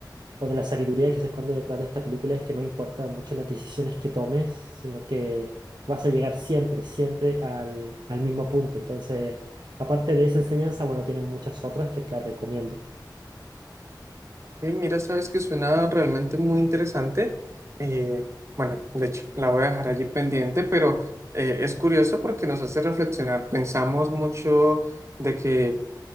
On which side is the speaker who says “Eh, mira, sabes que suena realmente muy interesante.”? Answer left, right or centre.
Right